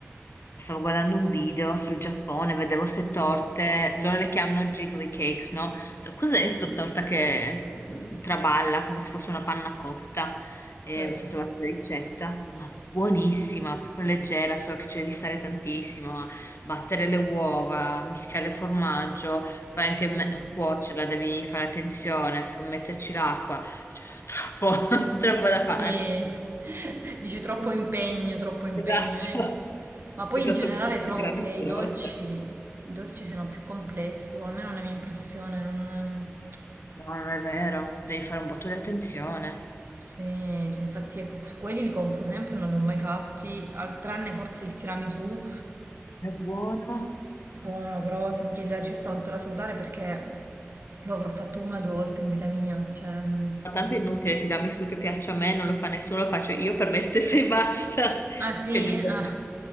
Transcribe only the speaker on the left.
Stavo guardando un video sul Giappone, vedevo ste torte,
loro le chiamano jiggly cakes, no? Ho detto, Cos'è sto torta che mm, traballa come se fosse una panna cotta? E
mi sono trovata la ricetta, ma buonissima, proprio leggera, so che ci devi stare tantissimo a battere le uova, mischiare il formaggio, poi anche me-
cuocerla, devi fare attenzione, f- metterci l'acqua, cioè, troppo, <laughs> troppo
da fare.
Esatto.
Piuttosto
che fare
anche
la
veloce.
No, non è vero, devi fare un botto di attenzione.
È buono.
Ma tanto è inutile tirarmi su che piaccia a me, non lo fa nessuno, lo faccio io per me stessa e basta. <laughs>
Cioè, giusto,